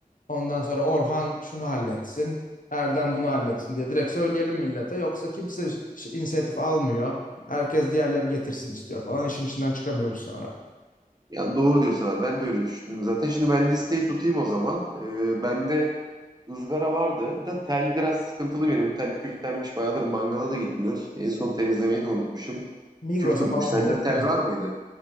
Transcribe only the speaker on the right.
Ya doğru diyorsun abi. Ben de öyle düşündüm zaten. Şimdi ben listeyi tutayım o zaman. Ee, bende ızgara vardı da tel biraz sıkıntılı benim. Tel küflenmiş. Bayağıdır mangala da gitmiyoruz. En son temizlemeyi de unutmuşum.
Küf tutmuş.
Sende
tel
var mıydı?